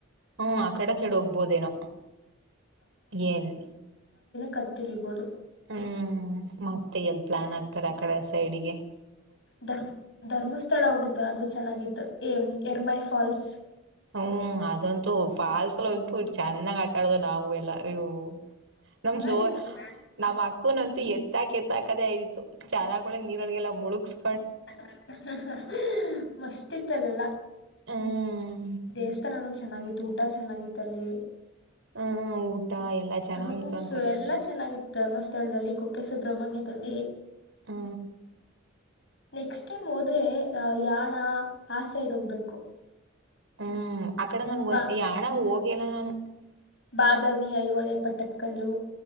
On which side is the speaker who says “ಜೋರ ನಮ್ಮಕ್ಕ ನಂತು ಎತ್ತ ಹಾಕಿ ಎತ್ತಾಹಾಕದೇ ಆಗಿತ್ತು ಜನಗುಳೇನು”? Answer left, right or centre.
Right